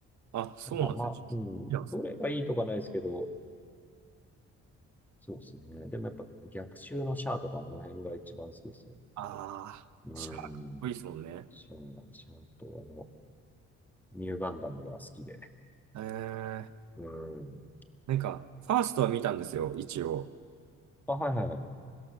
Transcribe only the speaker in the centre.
なんかまあ、
うん、どれがいいとかないですけど、そうですね。でもやっぱ逆襲のシャアとかもあの辺が一番好きですね。
うん。
シャア、シャアとあの、ニューガンダムが好きで。
うん。
あ、はいはい。